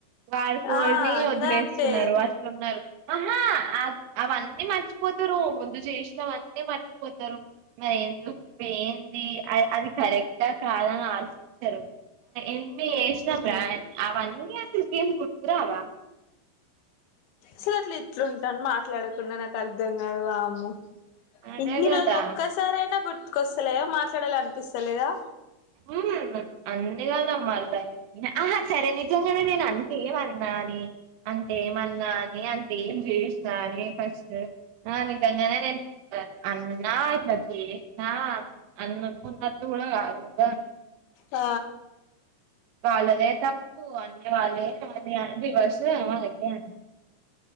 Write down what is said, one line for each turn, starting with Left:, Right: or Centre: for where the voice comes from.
Right: వారు కోని
Left: ఆ అందరు
Right: వదిలేస్తున్నారు
Left: అంతే
Right: అట్లున్నారు ఆహా అవన్నీ మర్చిపోతారు ముందు చేసినవన్నీ మర్చిపోతారు మరి ఎందుకు ఏంది అది కరెక్టా కాదా ఆలోచించరు ఎన్ని చేసిన అవన్ని నీకేం గుర్తురావా
Left: అసలు అట్ల ఎట్ల ఉంటాను మా ట్లా అడకుండా నాకు అర్ధం కాదు అమ్మో
Right: అదే
Left: ఇన్ని
Right: కదా
Left: రోజులు ఒక్కసారి అయినా గుర్త్ గుర్తుకొస్తలేదా మాట్లాడాలి అనిపిస్తలేదా
Right: ఉమ్ అన్నిగా నమ్మాలి సరే నిజంగానే నేను అంతేమన్నా అని అంతేమన్నా అని అంతే ఏం చేసినా అని ఫస్ట్ ఆ నిజంగానే నేను అన్నా ఇట్ల చేసిన అన్నకున్నటు కూడా కాదు కదా
Left: ఆ
Right: వాళ్ళదే తప్పు అన్ని వాళ్ళే వాళ్ళే అది అ అ వర్ష అళకడి